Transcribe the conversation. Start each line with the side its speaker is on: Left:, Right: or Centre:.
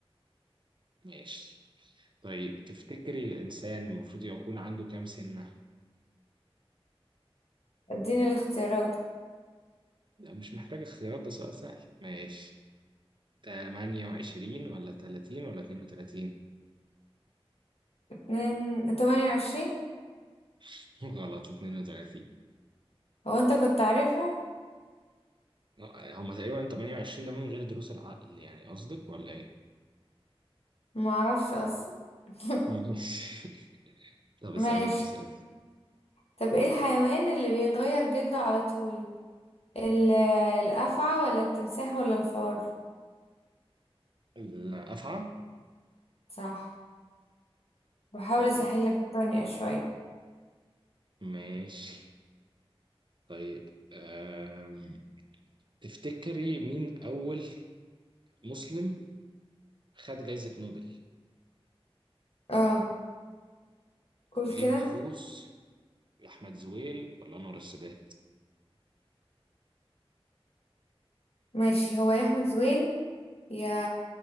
Right: ماشي طيب تفتكري الإنسان المفروض يكون عنده كام سنة؟
Left: اديني الاختيارات
Right: ده مش محتاج اختيارات ده سؤال سهل ماشي تمانية وعشرين ولا تلاتين ولا اتنين وتلاتين؟
Left: اتنين تمانية وعشرين،
Right: <laughs> غلط اتنين وتلاتين
Left: هو انت كنت عارفها
Right: آه، هما تقريبا تمانية وعشرين ده من غير دروس العقل يعني قصدك ولا ايه؟
Left: معرفش اصلا <laughs>
Right: ماشي <laughs> طب
Left: ماشي
Right: اسألي انت سؤال
Left: طب ايه الحيوان اللي بيغير جلده على طول ال- الافعى ولا التمساح ولا الفار
Right: لا أفعى؟
Left: صح بحاول
Right: طيب
Left: اسهل لك الدنيا شويه
Right: ماشي طيب آم، تفتكري مين أول مسلم خد جايزة نوبل؟
Left: اه قول
Right: نجيب
Left: كده
Right: محفوظ، أحمد زويل، ولا أنور السادات؟
Left: ماشي هو يا احمد زويل يا